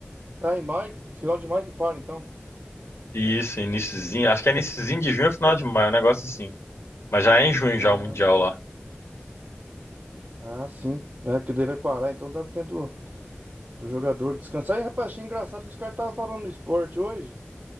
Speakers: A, on the right (about 40°); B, on the left (about 90°).
A: Ah, em maio, que- final de maio que para, então.
B: Isso, iniciozinho, acho que é iniciozinho de junho ou final de maio, um negócio assim. Mas já é em junho
A: Ah,
B: já o Mundial lá.
A: ah, sim. É, porque daí vai parar, então dá tempo. do jogador descansar. E, rapaz, achei engraçado que os caras estavam falando no esporte hoje.